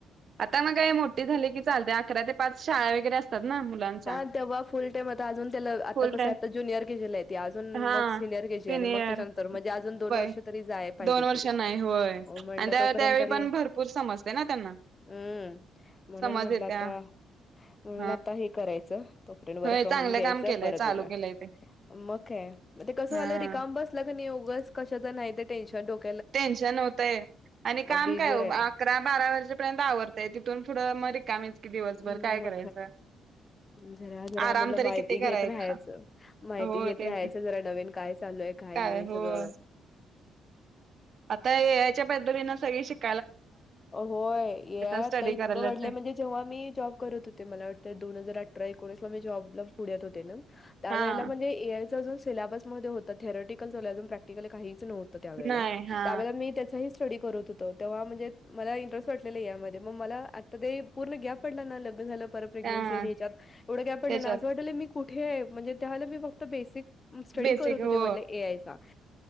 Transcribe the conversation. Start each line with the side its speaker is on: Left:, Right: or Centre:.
Right: आता मग काय मोठी झाले की चालतंय. अकरा ते पाच शाळा वगैरे असतात ना मुलांच्या
Left: हा तेव्हा फुल टाइम आता अजून त्याला आता
Right: फुल
Left: कसं
Right: टाइम
Left: आता जु ज्युनियर केजीला आहे ते अजून
Right: हा
Left: मग सिनियर के जी
Right: सिनियर
Left: आणि मग त्याच्यानंतर म्हणजे अजून दोन
Right: होय
Left: वर्ष तरी जाय पाहिजेत
Right: दोन वर्ष
Left: तिला.
Right: नाही होय
Left: म्हणलं
Right: आणि त्या
Left: तोपर्यंत
Right: त्यावेळी
Left: तरी
Right: पण भरपूर समजते ना त्यांना.
Left: हम्म म्हणून
Right: समज
Left: म्हटलं
Right: येत्या
Left: आता.
Right: <unintelligible>
Left: म्हणून आता हे करायचं तो फ्रेंड वर्क
Right: होय
Left: फ्रॉम
Right: चांगलं
Left: होम घ्यायचा
Right: काम केलंय
Left: परत
Right: चालू
Left: बघुया.
Right: केलंय ते
Left: मग काय, मग ते कसं
Right: हा
Left: झालं रिकामं बसला क नाय उगच कशाचं नाही ते टेन्शन डोक
Right: टेन्शन होतंय आणि काम
Left: बिझी
Right: काय ओ
Left: राहिला
Right: अकरा बारा वाजेपर्यंत आवरतय ति थून पुढं म रिकामीच की दिवसभर
Left: हं,
Right: काय
Left: मग
Right: करायचं?
Left: जरा जरा
Right: आराम
Left: म्हणलं
Right: तरी
Left: माहिती
Right: किती करायचा
Left: घेत राहायचं, माहिती
Right: होय
Left: घेत
Right: तेच
Left: राहायचं
Right: की
Left: जरा नवीन काय चालू काही
Right: काय
Left: नाही
Right: होय.
Left: सगळं
Right: आता एआयच्या पद्धतीने सगळी शिक
Left: होय एआय
Right: स्टडी
Left: आता इतकं
Right: करायलाच
Left: वाढलं म्हणजे जेव्हा मी जॉब करत होते मला वाटतं दोन हजार अठ आठरा एकोणीसला मी जॉबला पुण्यात होते ना, त्यावेळेला
Right: हां.
Left: म्हणेज एआयचा जो सिल्याबस मध्ये होतं थेरॉटिकल चालू आहे अजून प्रॅक्टिकल काहीच नव्हतं त्या वेळेला,
Right: नाही हा
Left: त्याचंही स्टडी करत होतो तेव्हा म्हणजे मला इंटरेस्ट वाटलेलं यामध्ये मग मला आता ते पूर्ण गॅप पडला ना लग्न झालं. परत प्रेग्नेंसी
Right: त्या
Left: आणि हेच्यात एवढं ग्याप पडला
Right: त्याच्यात
Left: ना असं वाट मी कुठे आहे म्हणजे त्याला मी फक्त बेसिक स्टडी
Right: बेसिक
Left: करत
Right: हो
Left: होते म्हटले ए आय चा.